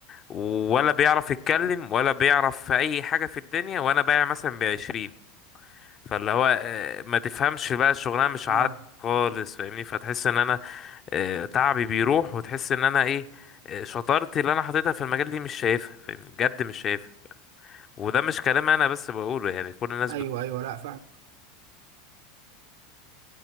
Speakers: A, on the left; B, on the right.
A: ولا بيعرف يتكلم ولا بيعرف في اي حاجه في الدنيا وانا بايع مثلا ب 20 فاللي هو آه، ما تفهمش بقى الشغلانه مش
B: اه
A: عاد خالص فاهمني فتحس ان انا آه، تعبي بيروح وتحس ان انا ايه آه، شطارتي اللي انا حطيتها في المجال دي مش شايفها فاهمني بجد مش شايفها وده مش كلام انا بس بقوله يعني كل الناس
B: ايوه ايوه لا فاهمك